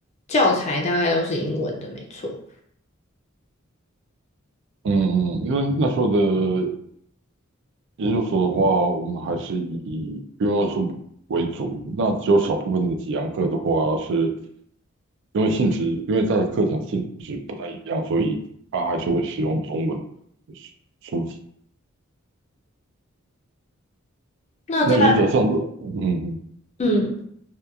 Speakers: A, on the left; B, on the right.
A: 教材大概都是英文的，没错。
B: 嗯嗯，因为那时候的研究所的话，我们还是以英文书为主，那只有少部分的几堂课的话，是因为性质，因为它的课程性质不太一样，所以它还是会使用中文的书书籍。
A: 那在
B: 那原则上，嗯，嗯
A: 嗯，